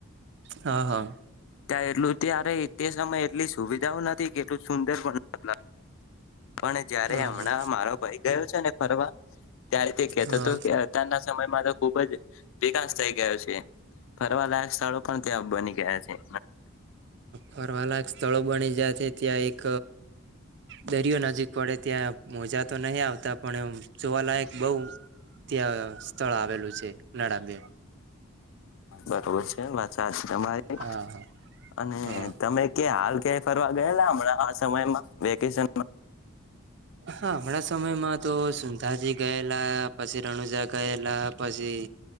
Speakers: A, on the right (about 55°); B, on the left (about 65°).
A: હા હા
B: ત્યાં એટલું ત્યારે તે સમયે એટલી સુવિધાઓ નથી કેટું સુંદર બન લાગલા પણ જયારે
A: હા
B: હમણાં
A: હા
B: મારો ભાઈ ગયો છે ને ફરવા ત્યારે તે કેહેતો
A: હા
B: હતો કે અતારના સમયમાં તો ખુબ જ વિકાસ થઈ ગયો છે ફરવા લા સ્થળો પણ ત્યાં બની ગયા છે
A: ફરવાલાક સ્થળો બની જયા ત્યાં એક દરિયો નજીક પડે ત્યાં મોજા તો નહ આવતા પણ એ જોવાલાયક બહ ત્યાં સ્થળ આવેલું છે નાળબેર
B: બરોબર છે વાત આજ તમારે
A: હા
B: અને
A: હા
B: તમે કે હાલ ક ફરવા ગયેલા હમણાં આ સમયમાં વેકેશન
A: હા હમણાં સમયમાં તો સુંંધાજી ગયેલા પછી રણુજા ગયેલા પછી